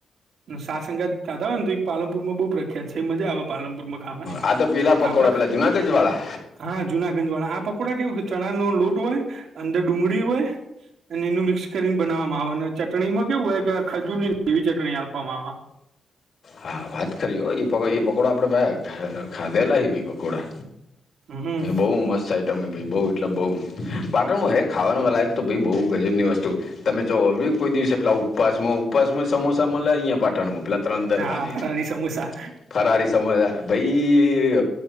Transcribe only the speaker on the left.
આ તો પેલા પકોડા
પેલા જુનાગંજ વાળા.
હા વાત કરી પકોડા આપડે ખાધેલા પકોડા.
બઉ મસ્ત આઈતમ હે ભાઈ બઉ એટલે બઉ
પાટણમાં હે ખાવાનું લાયક તો ભાઈ બહુ ગજબની વસ્તુ. તમે જો હવે કોઈ દિવસે પેલા ઉપવાસમાં ઉપવાસમાં સમોસા મળે અહિયા પાટણમાં પેલા ત્રણ દર
ફરાળી
સમજાય ભાઈ